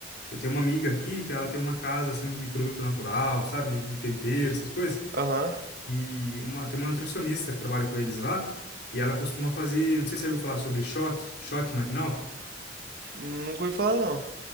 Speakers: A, on the left; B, on the right.
A: Eu tenho uma amiga aqui que ela tem uma casa assim de produto natural, sabe? De tempero, essas coisas.
B: Aham.
A: E uma, tem uma nutricionista que trabalha com eles lá, e ela costuma fazer, não sei se você ouviu falar sobre shot, shot matinal.
B: Nunca ouvi falar, não.